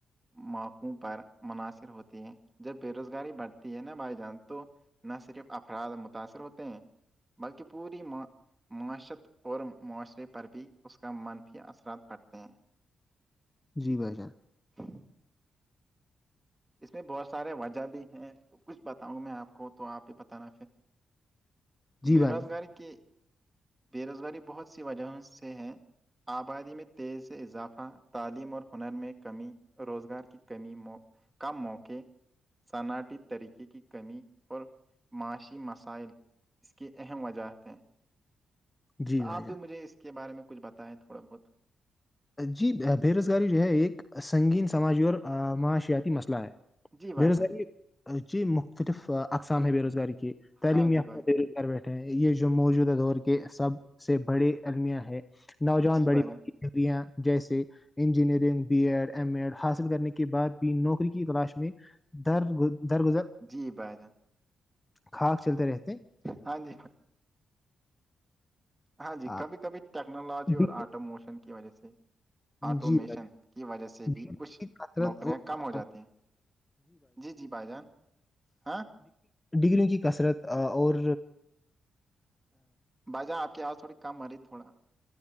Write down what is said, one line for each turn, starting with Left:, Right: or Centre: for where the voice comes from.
Right: موقعوں پر مناصر ہوتی ہیں جب بے روزگاری بڑھتی ہے نا بھائی جان تو نہ صرف افراد متاثر ہوتے ہیں بلکہ پوری معاشرت اور معاشرے پر بھی اس کا منفی اثرات پڑتے ہیں
Left: جی بھائی جان
Right: ہ اس میں بہت سارے وجہ بھی ہیں کچھ بتاؤں گ میں آپ کو تو آپ یہ پت نا پھر
Left: جی
Right: بے
Left: بھائی
Right: روزگاری کی بے روزگاری بہت سی وجہوں سے ہے آبادی میں تیز سے اضافہ تعلیم اور ہنر میں کمی روزگار کی کمی م کم موقے صنعٹیتی طریقے کی کمی اور معاشی مسائل اس کی اہم وجہت ہیں
Left: جی
Right: تو
Left: بھائی
Right: آپ بھی مجھے اس کے بارے میں کچھ بتائیں تھوڑا بہت
Left: جی بے روزگاری جو ہے ایک سنگین سماجی اور معاشیاتی مسئلہ ہے
Right: جی بھائی
Left: بے روزگاری
Right: جان
Left: جی مختلف اقسام ہے بے روزگاری کی تعلیم
Right: ہاں جی
Left: یافتہ
Right: بھائی
Left: دہلی بیٹھ یہ جو موجودہ دور کے سب سے بڑے المیاں ہے نوجوان
Right: جی
Left: بڑی
Right: بھائی جان
Left: ں جیسے engineering B Ed M Ed حاصل کرنے کے بعد بھی نوکری کی تلاش میں در گز در گزر
Right: جی بھائی جان
Left: کھاک چلتے رہتے ہیں۔
Right: ہاں جی ہاں جی
Left: آ،
Right: کبھی کبھی ٹیکنالوجی
Left: ڈگری-
Right: اور آٹو موشن کی وجہ سے آٹومیشن
Left: جی بھائی
Right: کی وجہ
Left: جان،
Right: سے
Left: ڈگریوں
Right: بھی کچھ
Left: کی کثرت
Right: نوکریاں
Left: اور
Right: کم ہو جاتی ہیں جی جی بھائی جان ہاں
Left: ڈگریوں کی کثرت اور
Right: با جا آپ کی آواز تھوڑی کم آ رہی تھوڑا